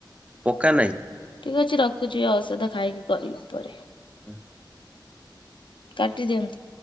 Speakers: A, on the right; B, on the left.
A: ପକା ନାହିଁ?
B: ଠିକ ଅଛି ରଖୁଛି ଔଷଧ ଖାଇକି କରିବି ପରେ।
A: <unintelligible>
B: କାଟି ଦିଅନ୍ତୁ।